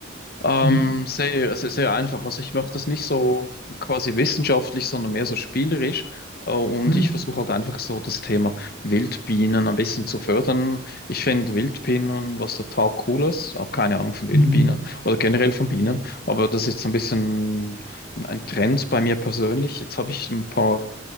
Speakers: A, on the left; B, on the left.
A: Ähm,
B: Ja.
A: sehr, sehr, sehr einfach. Also ich mache das nicht so quasi wissenschaftlich, sondern mehr so spielerisch. Äh, Und
B: Hm.
A: ich versuche halt einfach so das Thema Wildbienen ein bisschen zu fördern. Ich finde Wildbienen was total Cooles. Habe keine Ahnung von Wildbienen
B: Mhm.
A: oder generell von Bienen. Aber das ist so ein bisschen ein Trend bei mir persönlich. Jetzt habe ich ein paar